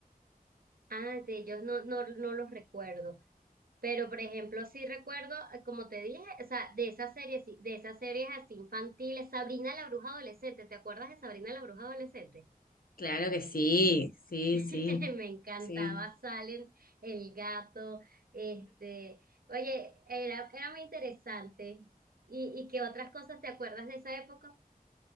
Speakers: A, on the right; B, on the left.
A: Ah, de ellos no, no, no los recuerdo. Pero, por ejemplo, sí recuerdo, eh, como te dije, o sea, de esas series, sí, de esas series así infantiles, Sabrina la Bruja Adolescente, ¿te acuerdas de Sabrina la Bruja Adolescente?
B: Claro que sí, sí,
A: <laughs>
B: sí,
A: Me encantaba
B: sí.
A: Salem, el gato, este, oye, era, era muy interesante. ¿Y, y qué otras cosas te acuerdas de esa época?